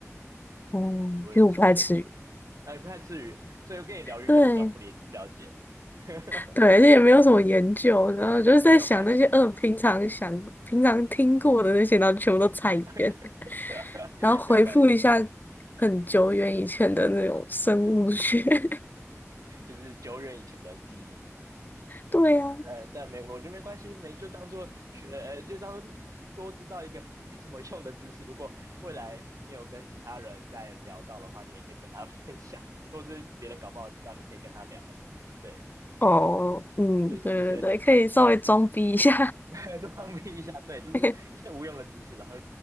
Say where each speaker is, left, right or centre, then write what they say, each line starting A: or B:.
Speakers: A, on the left (about 35°); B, on the right (about 85°).
A: 哦，
B: 如果有机会可以去吃。
A: 其实我不爱吃鱼。
B: 呃，也不太吃鱼，所以我跟你聊鱼可能比较不理不了解。
A: 对
B: <laughs>
A: 对，而且也没有什么研究，然后就是在想那些，
B: 好，没有关系，
A: 呃，平常想、平常听过的那些，然后全部都猜一遍。
B: <laughs>
A: 然后回复一下
B: 没有关系，
A: 很久远以前的那种生物学。<laughs>
B: 就是久远以前的记忆。
A: 对呀、
B: 呃，但没，我觉得没关系，没就当做学，呃，就当做多知道一个 <laughs> 没什么用的知识。如果未来你有跟其他人在聊到的话，你也可以跟他分享，或是别人搞不好知道，你可以跟他聊。对，
A: 哦，嗯，
B: 就是一些
A: 对对对，可以稍微装逼一下。
B: <laughs> 多方面一下，对，就是一些无用的知识，
A: <laughs>
B: 然后